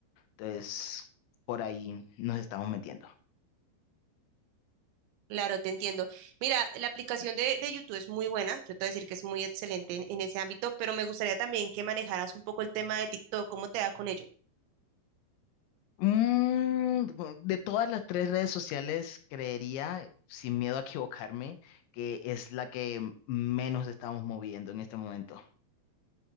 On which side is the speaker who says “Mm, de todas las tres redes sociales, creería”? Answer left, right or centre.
Left